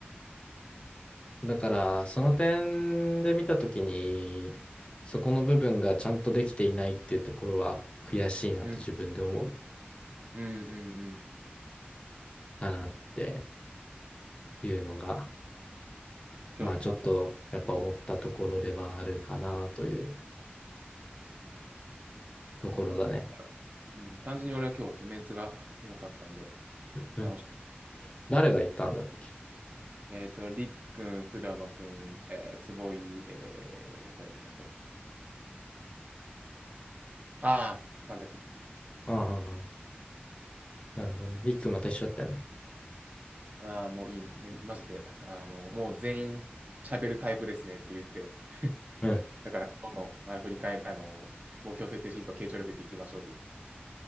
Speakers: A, on the left; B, on the right.
A: だから、その点で見たときに、そこの部分がちゃんとできていないっていうところは悔しいなと自分で思う
B: うん、うん、うん、うん。
A: かなっていうのが
B: 今日の感想です。
A: まあちょっとやっぱ思ったところではあるかなというところだね。
B: まあ、単純に、うん、単純に俺は今日ちょっとメンツがエかったんで、
A: うん。
B: 楽しかっ
A: 誰が言ったんだっけ
B: た。えっ、と、リキ君、ふだば君、えー、坪井、えー、誰だっけ、あと、ああ、神崎。
A: ああ、ああなるほどね。リックまた一緒だったよな。
B: ああ、もういい、めマジで。あの、もう全員喋るタイプですねって言って。<laughs>
A: うん。
B: だから、今日の、あの振り返り、あの、目標設定シート、傾聴力でいきましょうって言っ